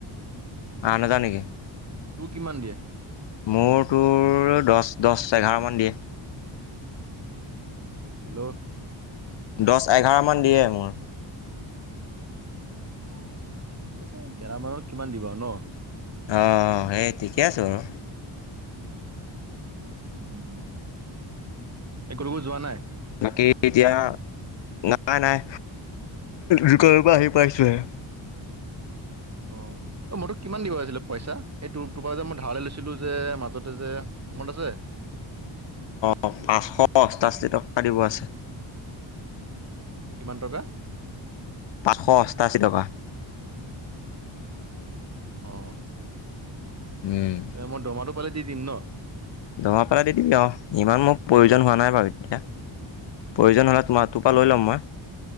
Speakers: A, on the left; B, on the right.
A: আঠ হাজাৰ নেকি?
B: তোৰ কিমান দিয়ে?
A: মোৰ তোৰ দহ দহ এঘাৰ মান দিয়ে।
B: হেল্ল',
A: দশ এঘাৰ মান দিয়ে মোৰ।
B: অ ঠিকে আছে। গেলমালত কিমান দিব আৰু ন?
A: অ সেই ঠিকে আছো বাৰু।
B: উম উম কটোবোৰ যোৱা নাই?
A: বাকী এতিয়া, নাই নাই দোকানৰপৰা আহি পাইছোহে।
B: অ অ মই তোক কিমান দিব আছিলো পইচা? এই তু তোৰপৰা যে মই ধাৰলৈ লৈছিলো যে, মাজতে যে মনত আছে?
A: অহ পাঁচশ অষ্টাশী টকা দিব আছে।
B: কিমান টকা?
A: পাঁচশ অষ্টাশী টকা।
B: অ,
A: উম।
B: এ মই দৰমহাটো পালে দি দিম ন?
A: দৰমহা পালে দি দিবি অ। ইমান মোৰ প্ৰয়োজন হোৱা নাই বাৰু এতিয়া। প্ৰয়োজন হল - তোৰপৰা
B: অ
A: লৈ ল'ম মই।